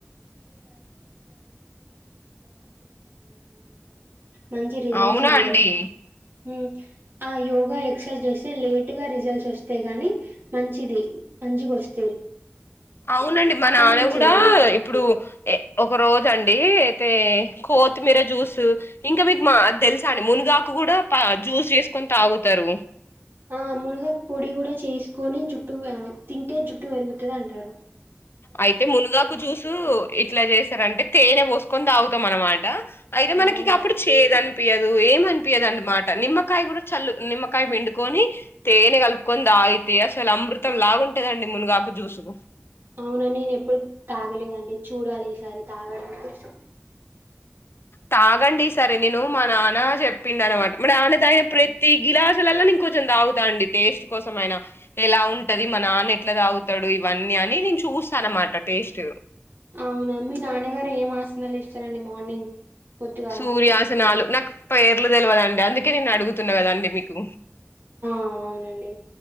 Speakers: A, on the right; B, on the left.
A: మంచి రిజల్ట్స్
B: అవునా
A: ఉండే
B: అండి
A: హుమ్ ఆయో ఎక్సర్సైజ్ చేస్తే లేట్ గా రిజల్ట్స్ వస్తాయి కానీ మంచిది మంచి వస్త
B: అవునండి మా నాన్న
A: మనం
B: కూడా
A: చేంజ్ అయితాం.
B: ఇప్పుడు ఏ ఒక రోజ అండి అయితే కొత్తిమీర జ్యూస్ ఇంకా మీకు మా తెలుసా అండి మునుగాకు కూడా ప జ్యూస్ చేసుకొని తాగుతారు
A: ఆ మునుగా పొడి కూడా చేసుకొని జుట్టు తింటే జుట్టు పెరుగుతుంది అంటారు
B: అయితే మునుగాకు జ్యూస్ ఇట్లా చేస్తారంటే తేనె పోసుకొని తాగుత త మనమాట అయితే మనకి
A: అవునా?
B: ఇక అప్పుడు చేదు అనిపయదు ఏమనిపియదండి మాట నిమ్మకాయ కూడా చల్లు నిమ్మకాయ వండుకొని తేనె కలుపుకొని తాగితే అసలు అమృతం లాగుంటేదండి మునుగాక జూసు
A: అవునా నేను ఎప్పుడు తాగలేదండి. చూడాలి ఈసారి తాగడాని కోసం
B: తాగండి సరే నేను మా నాన్న చెప్పిండ అనమాట మరి నాన్న తాగిన ప్రతి గ్లాసులలో జ్యూస్ నేను కొంచెం తాగుతానండి టేస్ట్ కోసంమయినా ఎలా ఉంటది. మా నాన్న ఎట్లా తాగుతాడు ఇవన్నీ అని నేను చూసా అన్నమాట టేస్ట్
A: అవునా మీ నాన్నగారు ఏం ఆసనాలు ఇస్తారండి మార్నింగ్ పొద్దుగాల
B: సూర్యాసనాలు నాకు పేరు తెలివదండి అందుకే నేను అడుగుతున్నా కదండి మీకు
A: ఆ అవునండి